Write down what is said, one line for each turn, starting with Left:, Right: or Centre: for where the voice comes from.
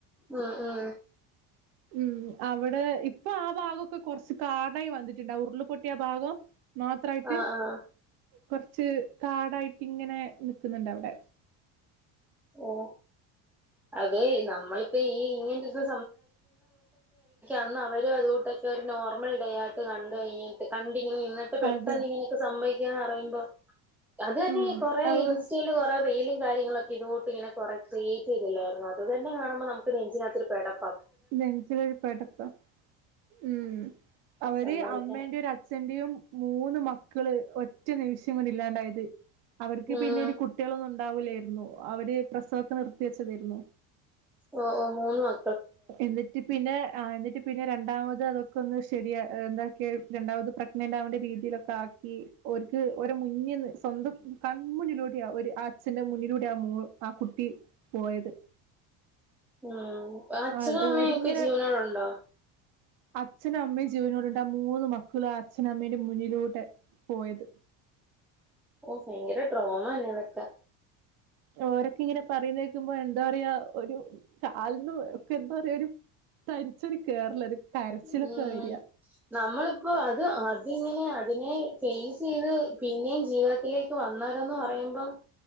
Centre: അ ആ
Right: ഉം അവിടെ ഇപ്പൊ ആ ഭാഗക്കെ കൊറച്ച് കാടായി വന്നിട്ടുണ്ട് ഉരുളിപൊട്ടിയ ആ ഭാഗം മാത്രമായിട്ട്
Centre: ആഹ് ആഹ്
Right: കൊറച്ച് കാടായിട്ട് ഇങ്ങനെ നിക്കുന്നുണ്ട് അവിടെ
Centre: ഓഹ് അതെ നമ്മളിപ്പ ഈ ഇങ്ങന അന്ന് അവരും അതുകൂട്ട ഇ ഒരു നോർമൽ ഡേ ആയിട്ട് കണ്ട് കഴിഞ്ഞിട്ട് കണ്ടിങ്ങനെ നിന്ന പെട്ടെന്ന്
Right: അതെ
Centre: ഇങ്ങനെയൊക്കെ സംഭവിക്കാന്ന് പറയുമ്പോ അത് തന്നെഈ
Right: ഉം
Centre: കൊറെേ
Right: അത്
Centre: ഇൻസ്റ്റൽ കൊറെ റീലും കാര്യങ്ങളുംക്കെ ഇ ഇങ്ങനെക്കേ ക്രിയേറ്റ് ചെയ്തില്ലായിര്ന്നൊ അത് തന്നെ കാണുമ്പോ നമുക്ക് നെഞ്ചിനകത്ത് ഒരു പടപ്പാ
Right: നെഞ്ചിലൊരു പെടപ്പ ഉ അവര്
Centre: സമ്മതിക്കണം
Right: അമ്മേന്റെ ഒരു അ അച്ഛന്റെയും മൂന്ന് മക്കള് ഒറ്റ നിമിഷം കൊണ്ട് ഇല്ലാണ്ടായത് അവർക്ക്
Centre: ഉം
Right: പിന്നെ ഒരു കു കുട്ടികളൊന്നും ഉണ്ടാവില്ലായിരുന്നു അവര് പ്രസവക്കെ നിർത്തിവച്ചതായിരുന്നു.
Centre: ഓ ഓ മൂന്ന് മ
Right: എന്നിട്ട് പിന്നെ ആ എന്നിട്ട് പിന്നെ രണ്ടാമത് അതൊക്കെ ഒന്ന് ശരിയ എന്ത രണ്ടാമത് പ്ര ണ്ടാവണ്ടേ രീതിയിലൊക്കെ ആക്കി ഓര്ക്ക് ഓരെ മുന്നിന്ന് സ്വന്തം കൺമുന്നിലൂടെ ഒരു ആ ഒരു ആ അച്ഛന്റെ മുന്നിലൂടെ ആ മോൾ ആ കുട്ടി പോയത്
Centre: ആ അച്ഛനും
Right: ആ
Centre: അമ്മയും
Right: ഓരിങ്ങനെ
Centre: ഒക്കെ ജീവനോടെ ഉണ്ടോ?
Right: അച്ഛനും അമ്മയും ജീവനോടെണ്ട് ആ മൂന്ന് മക്കളും ആ അച്ഛനും അമ്മയുടെ മുന്നിലൂടെ പോയത്
Centre: ഓ ഭയങ്കര ട്രോമ ന്നെതൊക്ക
Right: ഓരൊക്കെ ഇങ്ങനെ പറയുന്ന കേക്കുമ്പോ എന്താ പറയാ ഒരു കാലന്ന് എന്താ പറയാ ഒരു തരിച്ചൊരു കേറല ഒരു കരച്ചിലൊക്കെ
Centre: ഉം
Right: വര
Centre: നമ്മളിപ്പോ അത് അതിങ്ങനെ അതിനെ ഫേസ് ചെയ്ത് പിന്നെയും ജീവ യിലേക്ക് വന്നരന്ന് പറയുമ്പം